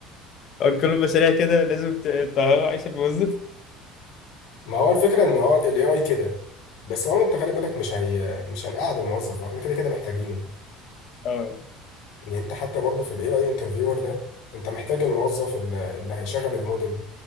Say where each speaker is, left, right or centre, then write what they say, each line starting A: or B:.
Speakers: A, on the left; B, on the left.
A: آه، كل المشاريع كده لازم ت- تهوى عيش الموظف
B: ما هو الفكره ان هو الاي اي كده بس هو انت خلي بالك مش هي مش هنقعد الموظف واحنا كده كده محتاجينه
A: اه
B: يعني انت حتى برضه في الاي اي انترفيور ده انت محتاج الموظف ال- اللي هيشغل الموديل